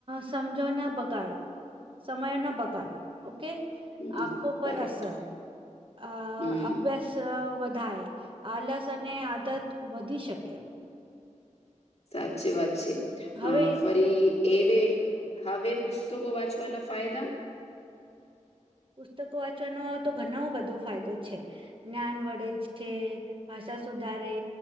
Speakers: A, on the right; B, on the left.
A: સમજો ના બગાડ સમયો ના બગાડ ઓકે
B: હમ
A: આંખો પર
B: કરેક્ટ
A: અસર અ
B: હમ
A: અભ્યાસ વધાય આલસ અને આદત વધી શકે
B: સાચી વાત છે,
A: હવે
B: અ ફરી એ હવે પુસ્તકો વાંચવાના ફાયદા
A: પુસ્તકો વાંચવાનો તો ઘનો બધો ફાયદો છે. જ્ઞાન વળે છે, ભાષા સુધારે